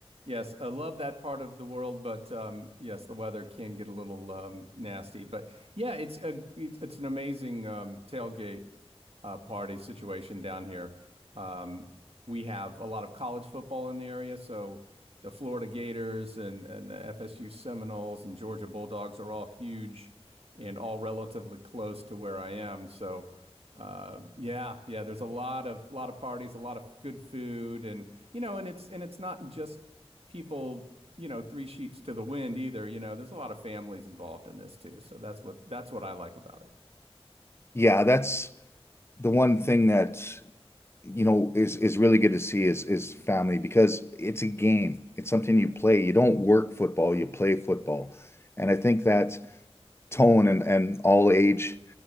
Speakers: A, on the right (about 70°); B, on the left (about 25°).
A: Yes, I love that part of the world, but um, yes, the weather can get a little um, nasty. But yeah, it's a it's, it's an amazing um, tailgate uh, party situation down here. Um, we have a lot of college football in the area, so the Florida Gators and and the FSU Seminoles and Georgia Bulldogs are all huge and all relatively close to where I am. So uh, yeah, yeah, there's a lot of lot of parties, a lot of good food, and you know, and it's and it's not just people, you know, three sheets to the wind either. You know, there's a lot of families involved in this too. So that's what that's what I like about it.
B: Yeah, that's the one thing that you know is is really good to see is is family because it's a game. It's something you play. You don't work football, you play football. And I think that tone and and all age